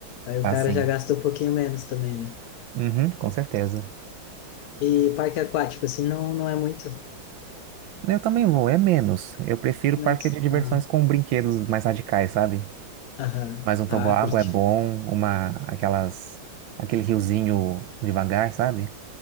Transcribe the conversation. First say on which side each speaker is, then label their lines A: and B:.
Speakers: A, on the left; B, on the right.
A: aí o
B: Assim.
A: cara já gasta um pouquinho menos também, né?
B: Uhum, com certeza.
A: E parque aquático, assim, não, não é muito
B: Eu também vou, é menos. Eu prefiro
A: menos.
B: parque de diversões
A: Ah,
B: com brinquedos mais radicais, sabe?
A: Aham.
B: Mas um toboágua
A: Ah, curte.
B: é bom, uma, aquelas, aquele riozinho devagar, sabe?